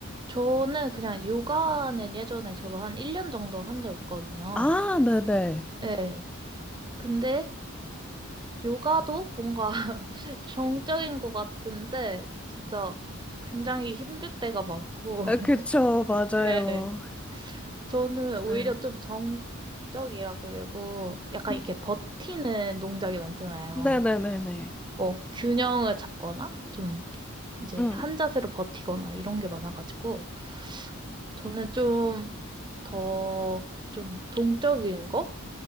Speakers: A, on the right (about 20°); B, in the centre.
A: 저는 그냥 요가는 예전에 저도 한 1년 정도 한 적 있거든요.
B: 아, 네네.
A: 네 근데 요가도 뭔가 <laughs> 정적인 것 같은데 진짜 굉장히 힘들 때가 많고.
B: 아,
A: <laughs>
B: 그쵸, 맞아요.
A: 네 저는 오히려
B: 맞아요.
A: 좀 정적이라 그리고 약간
B: 음,
A: 이렇게 버티는 동작이 많잖아요.
B: 네네네네.
A: 뭐 균형을 잡거나 좀 이제
B: 음,
A: 한 자세로 버티거나 이런 게 많아가지고 저는 좀 더 좀 동적인 거?